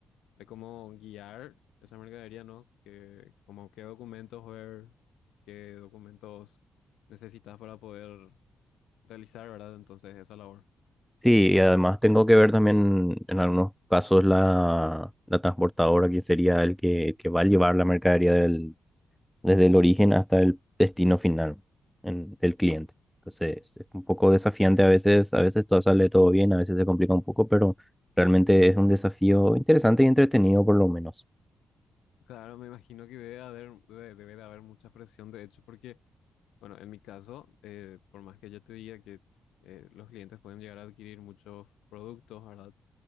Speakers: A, on the left (about 85°); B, in the centre.
A: de cómo guiar esa mercadería, ¿no? Que, como qué documentos ver, qué documentos necesitas para poder realizar, ¿verdad? Entonces, esa labor.
B: Sí, y además tengo que ver también en algunos casos la, la transportadora que sería el que, que va a llevar la mercadería del- desde el origen hasta el destino final en- del cliente. Entonces es un poco desafiante a veces, a veces todo sale todo bien, a veces se complica un poco, pero realmente es un desafío interesante y entretenido por lo menos.
A: Claro, me imagino que debe haber, de- debe de haber mucha presión, de hecho, porque, bueno, en mi caso, eh, por más que yo te diga que eh, los clientes pueden llegar a adquirir muchos productos, ¿verdad?